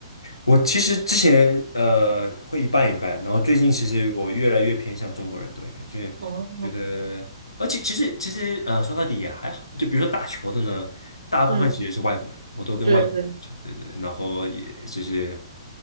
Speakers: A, on the left; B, on the right.
A: 我其实之前呃会一半一半，然后最近其实我越来越偏向中国人多一点就是觉得，
B: 哦，
A: 而且其实其实呃说到底也还好，就比如说打球的呢，大部分其实是外国人，
B: 嗯，
A: 我都跟外国人打球对对对，
B: 对对，
A: 然后也就是